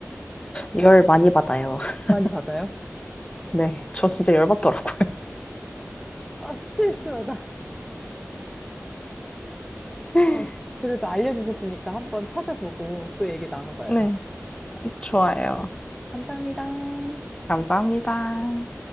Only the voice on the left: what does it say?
열 많이 받아요. <laughs>
네, 저 진짜 열 받더라고요.
<laughs>
네, 좋아요.
감사합니다.